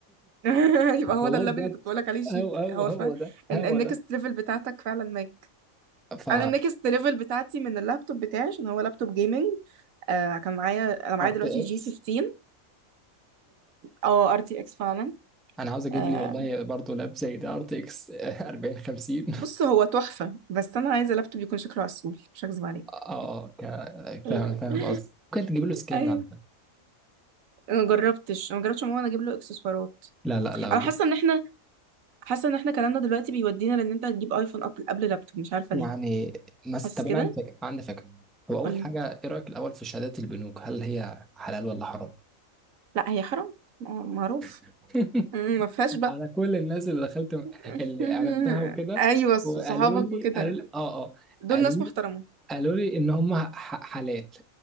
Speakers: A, on the right; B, in the centre.
A: <laughs> يبقى
B: <laughs>
A: هو
B: والله
A: ده الليفل
B: بجد
A: اللي كنت بقولك عليه شيك
B: هو هو
A: هو
B: هو
A: فاهم
B: ده
A: ان
B: هو
A: النكست
B: ده
A: ليفل بتاعتك فعلا ماك
B: ف
A: انا النكست ليفل بتاعتي من اللابتوب بتاعي عشان هو لابتوب جيمنج آه كان معايا انا معايا
B: ار
A: دلوقتي
B: تي
A: جي
B: اكس
A: 15 اه ار تي اكس فعلا
B: انا عاوز اجيب
A: آه
B: لي والله برضه لاب زي ده ار تي اكس 40 50
A: بص هو تحفة بس انا عايزة لابتوب يكون شكله عسول مش هكذب عليك
B: <laughs> اه اه ك-
A: <laughs>
B: فاهم فاهم قصدي ممكن تجيب له سكان
A: ايوه
B: على فكره
A: انا ما جربتش أنا ما جربتش عموما اجيب له اكسسوارات
B: لا لا لو
A: انا
B: جبت
A: حاسه ان احنا حاسه ان احنا كلامنا دلوقتي بيودينا لان انت هتجيب ايفون قبل قبل لابتوب مش عارفه
B: يعني
A: ليه
B: مثلا
A: حاسس
B: طب
A: كده
B: انا عندي فكره عندي فكره هو اول
A: قولي
B: حاجه ايه رايك الاول في شهادات البنوك هل هي حلال ولا حرام
A: لا هي حرام لا، معروف
B: <laughs>
A: مم، ما فيهاش بقى
B: على كل الناس اللي دخلت
A: <laughs>
B: اللي عرفتها وكده
A: ايوه ص-
B: وقالوا
A: صحابك
B: لي
A: وكده
B: قالوا لي اه اه
A: دول
B: قالوا
A: ناس محترمه
B: لي قالوا لي ان هم ح- حالات